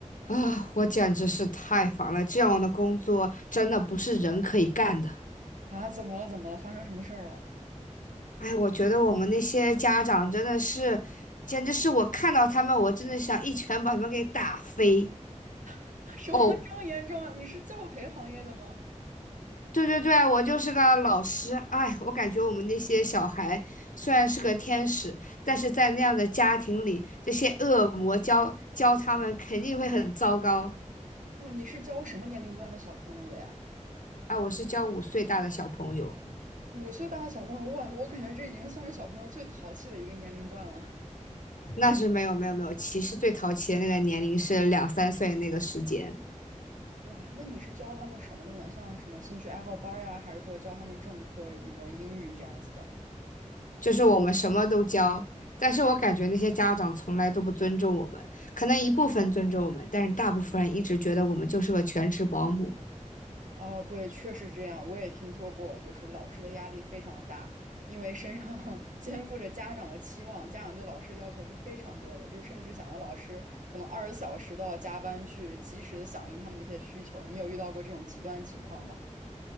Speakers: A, on the left; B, on the right.
A: 啊，我简直是太烦了！这样的工作真的不是人可以干的。
B: 啊，怎么了？怎么了？发生什么事儿了？
A: 哎，我觉得我们那些家长真的是，简直是我看到他们，我真的想一拳把他们给打飞。
B: <laughs> 什么这么严重啊？
A: 哦，
B: 你是教培行业的吗？
A: 对对对，我就是个老师。哎，我感觉我们那些小孩虽然是个天使，但是在那样的家庭里，这些恶魔教教他们肯定会很糟糕。
B: 哦，你是教什么年龄段的小朋友的呀？
A: 哎，我是教五岁大的小朋友。
B: 五岁大的小朋友，哇，我感觉这已经是算是小朋友最淘气的一个年龄段了。
A: 那是没有没有没有，其实最淘气的那个年龄是两三岁那个时间，
B: 哇，那你是教他们什么的呢？像什么兴趣爱好班儿呀，还是说教他们正科语文、英语这样子的？
A: 就是我们什么都教，但是我感觉那些家长从来都不尊重我们，可能一部分尊重我们，但是大部分人一直觉得我们就是个全职保姆。
B: 哦，对，确实这样，我也听说过，就是老师的压力非常的大，因为身上 <laughs> 肩负着家长的期望，家长对老师的要求是非常多的，就甚至想让老师可能二十小时都要加班去及时的响应他们的一些需求。你有遇到过这种极端的情况吗？